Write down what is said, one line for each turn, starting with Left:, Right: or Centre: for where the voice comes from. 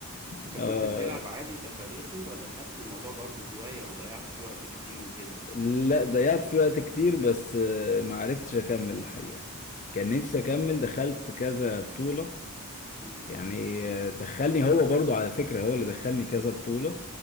Right: انت
Left: <laughs>
Right: كنت
Left: آه
Right: بتلعب عادي تفاريحي ولا خدت الموضوع برضه هواية وضيعت فيه وقت كتير وكده
Left: لا ضيعت فيه وقت كتير بس آه، ما عرفتش اكمل الحقيقه كان نفسي اكمل دخلت كذا بطوله
Right: مم.
Left: يعني آه، دخلني هو برضو على فكره هو اللي دخلني كذا بطوله